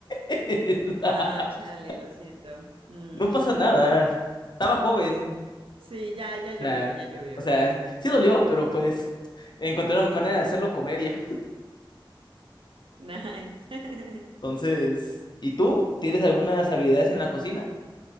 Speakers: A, on the left; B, on the right.
A: <laughs>
B: Ah, chale, lo siento. Mm,
A: No pasa nada. Estaba joven.
B: Sí, ya, ya llovió,
A: O sea,
B: ya llovió.
A: o sea, sí dolió, pero pues encontré una manera de hacerlo comedia.
B: <laughs> Nice. <laughs>
A: Entonces, ¿y tú? ¿Tienes algunas habilidades en la cocina?